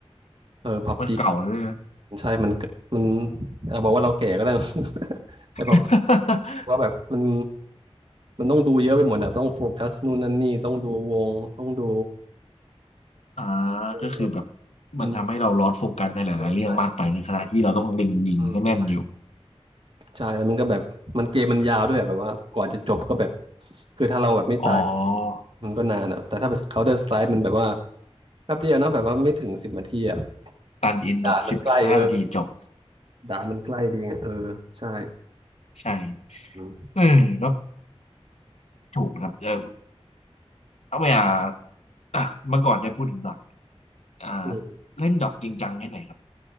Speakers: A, on the right; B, on the left.
A: เออพับจี
B: มันเก่าแล้วด้วยนะ
A: ใช่มันมันอ่ะบอกว่าเราแก่ก็ได้ <laughs> แต่แบบ
B: <laughs>
A: ว่าแบบมันมันต้องดูเยอะไปหมดแบบต้องโฟกัสนู่นนั่นนี่ต้องดูวงต้องดู
B: อ่า
A: เออ
B: ก็คือแบบ
A: อืม
B: มันทำให้เราลอสโฟกัสในหลายๆเรื่องมากไปในขณะที่เราต้องเล็งยิงให้แม่นอยู่
A: เออใช่แบบอืมใช่ใช่แล้วมันก็แบบมันเกมมันยาวด้วยอะแบบว่ากว่าจะจบก็แบบคือถ้าเราแบบไม่ตายที
B: อ๋อ
A: มันก็นานอะแต่ถ้าเป็น Counter Strike มันแบบว่าแป๊บเดียวเนอะแบบว่าไม่ถึงสิบนาทีอะ
B: ตันอินนะสิบสิบห้านาทีจบ
A: ด่านมันใกล้เออด่านมันใกล้ดีไงเออใช่
B: ใช่
A: อื
B: เออก็ถูกนะครับเออเอาไปอ่าอ่ะเมื่อก่อนได้พูดถึงดอทอ่า
A: ม
B: เล่นดอทจริงจังแค่ไหนครับ